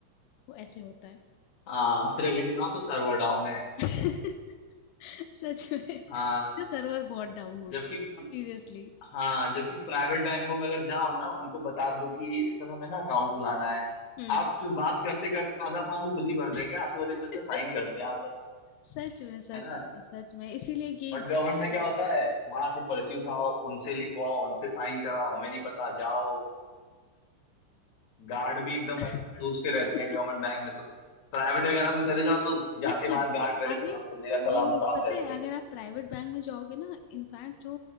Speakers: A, on the left (about 80°); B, on the left (about 50°).
A: वो ऐसे होता है
B: हाँ फिर अगले दिन आओ तो सर्वर डाउन है
A: <laughs> सच में
B: हाँ
A: सर्वर बहुत डाउन होता
B: जबकि
A: है सीरियसली
B: हाँ जबकि प्राइवेट बैंकों में अगर जाओ ना उनको बता दो कि सर हमें ना अकाउंट खुलाना है
A: हम्म
B: आपसे बात करते करते आधा फॉर्म वो खुद ही भर
A: <laughs>
B: देंगे आपसे बोलेंगे बस साइन कर दो यहाँ पर
A: सच में सच
B: है ना
A: में सच में इसीलिए ये
B: बट
A: ये
B: गवर्नमेंट
A: चीजें
B: में क्या होता है वहां से पर्ची उठाओ उनसे लिखवाओ उनसे साइन कराओ हमें नहीं पता जाओ गार्ड भी एकदम
A: हैं।
B: ऐसे खड़ूस
A: <laughs>
B: से रहते हैं गवर्नमेंट बैंक में तो प्राइवेट वगैरह में चले जाओ तो
A: वो
B: जाते
A: खुद
B: मान गार्ड पहले
A: अरे
B: सलाम ठोक देगा सलाम
A: नहीं
B: साफ
A: पता
B: करके
A: है अगर आप प्राइवेट बैंक में जाओगे ना इनफैक्ट जो